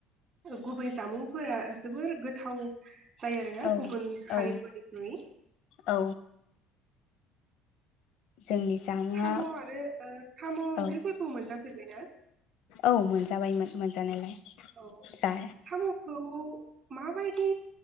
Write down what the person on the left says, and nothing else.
औ
औ औ जोंनि जामुंआ
औ
औ मोनजाबायमोन मोनजानायालाय।
जा